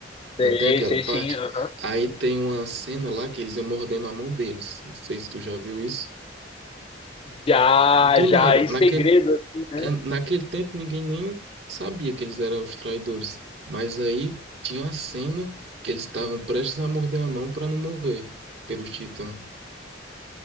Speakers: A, on the right (about 65°); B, on the left (about 30°).
A: Não
B: Sei,
A: tem aquela
B: sei
A: parte?
B: sim, aham.
A: Aí tem uma cena lá que eles iam mordendo a mão deles. Não sei se tu já viu isso.
B: Já,
A: Do
B: já,
A: nada,
B: e
A: naquele,
B: segredo, assim, né?
A: é, naquele tempo ninguém nem sabia que eles eram os traidores. Mas aí tinha a cena que eles estavam prestes a morder a mão para não morrer pelos titãs.